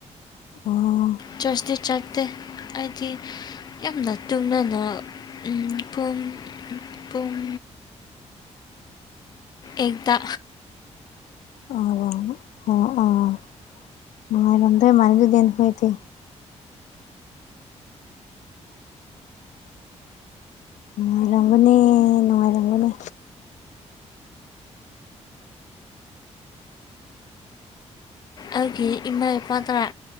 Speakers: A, on the left; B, on the left.
A: ꯎꯨꯝ
B: ꯆꯔꯁꯇꯤ ꯆꯠꯇꯦ ꯍꯥꯏꯗꯤ ꯌꯥꯝꯅ ꯇꯨꯅꯅ ꯎꯨꯝ ꯄꯨꯡ ꯄꯨꯡ ꯑꯦꯠꯇꯥ
A: ꯑ ꯑꯣ ꯅꯨꯡꯉꯥꯏꯔꯝꯗꫭꯏ ꯃꯥꯜꯂꯦ ꯅꫭꯏꯗꯤ ꯅꯨꯡꯉꯥꯏꯔꯝꯒꯅꯦ ꯅꯨꯡꯉꯥꯏꯔꯝꯒꯅꯦ
B: ꯑꯩꯒꯤ ꯏꯃꯥ ꯏꯄꯥꯗꯔ